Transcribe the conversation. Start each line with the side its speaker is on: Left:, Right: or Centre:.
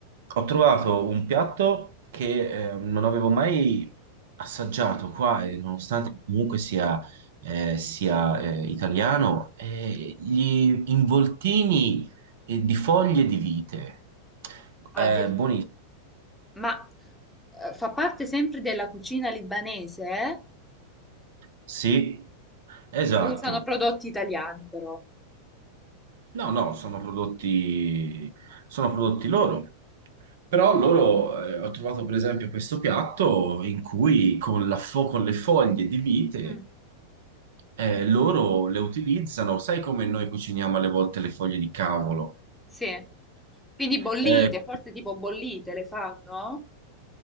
Right: ho trovato un piatto che eh, non avevo mai assaggiato qua, e nonostante comunque sia eh, sia eh, italiano, eh, gli involtini eh, di foglie di vite.
Centre: addirittura-
Right: Eh, buonissimo.
Centre: Ma eh, fa parte sempre della cucina libanese, eh?
Right: Sì, esatto.
Centre: E usano prodotti italiani però.
Right: No, no, sono prodotti, sono prodotti loro. Però loro, eh, ho trovato per esempio questo piatto in cui con la fo- con le foglie di vite,
Centre: Mm,
Right: eh, loro le utilizzano, sai come noi cuciniamo alle volte le foglie di cavolo?
Centre: sì. Quindi bollite,
Right: Ecco,
Centre: forse tipo bollite le fanno?